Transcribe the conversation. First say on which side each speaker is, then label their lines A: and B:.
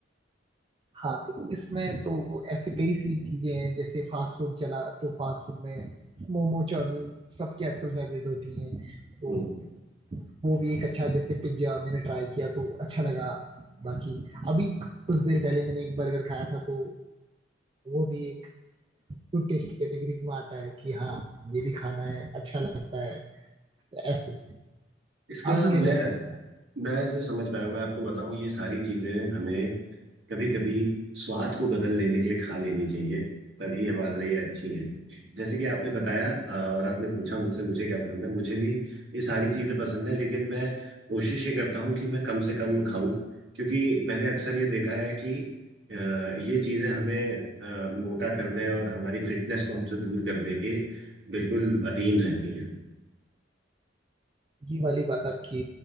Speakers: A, on the right (about 25°); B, on the right (about 65°).
A: हाँ तो इसमें तो ऐसे कई सी चीजें हैं जैसे फास्ट फूड चला तो फास्ट फूड में मोमो चाउमीन सबकी आजकल फेवरेट होती हैं तो
B: हम्म।
A: वो भी एक अच्छा जैसे पिज्जा मैंने ट्राई किया तो अच्छा लगा बाकी अभी कुछ देर पहले मैंने एक बर्गर खाया था तो वो भी एक गुड टेस्ट कैटेगरी में आता है कि हाँ ये भी खाना है अच्छा लगता है ऐसे
B: इसका
A: आपको क्या
B: मैं
A: क्या अच्छा लगता है
B: मैं जो समझ पाया हूँ, मैं आपको बताऊं ये सारी चीजें हमें कभी कभी स्वाद को बदल लेने के लिए खा लेनी चाहिए तभी हमारे लिए अच्छी है जैसे कि आपने बताया अ, और आपने पूछा मुझसे मुझे क्या पसंद है मुझे भी ये सारी चीजें पसंद है लेकिन मैं कोशिश ये करता हूँ कि मैं कम से कम खाऊं क्योंकि मैंने अक्सर ये देखा है कि अ, ये चीजें हमें अ, मोटा करने और हमारी फिटनेस को हमसे दूर करने के बिल्कुल अधीन रहती हैं
A: ये वाली बात आपकी